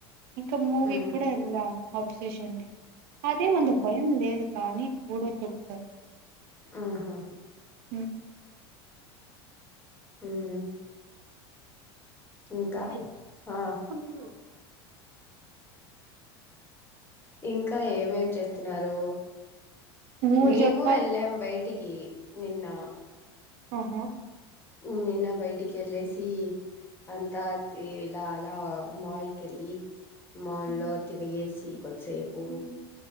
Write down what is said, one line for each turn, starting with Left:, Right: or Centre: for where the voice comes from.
Right: ఇంకా మూవీ
Left: మ్మ్
Right: కూడా వెళ్దాం అబ్సషన్డి అదెం అంత భయం లేదు కానీ చూడొచ్చు ఒకసారి
Left: ఆహా
Right: ఉ
Left: ఉమ్ ఇంకా
Right: ఏయ్!
Left: ఆ
Right: ఇప్పుడు చూడు
Left: ఇంకా ఏమేం చేస్తున్నారు
Right: నువ్వు
Left: మేము
Right: చెప్పాలి
Left: ఎల్లం బయటికి నిన్న
Right: ఆహా
Left: ఉ నిన్న బయటికి ఏళ్లేసి అంతా తే ఇలా అలా మాల్ కెల్లీ మాల్లో
Right: హ్మ్.
Left: తిరిగేసి కొద్దిసేపు
Right: హ్మ్.